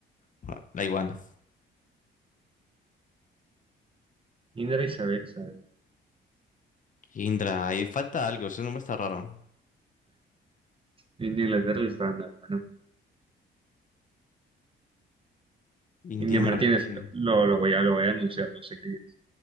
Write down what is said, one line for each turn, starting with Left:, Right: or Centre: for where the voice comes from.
Left: Ah, La iguana.
Right: Indra, Isabel, Isabel.
Left: Indra, ahí falta algo, ese nombre está raro.
Right: India, Inglaterra, Irlanda. Bueno,
Left: India
Right: India Martínez,
Left: Martini.
Right: lo, lo, lo voy a, lo voy a anunciar, no sé quién es.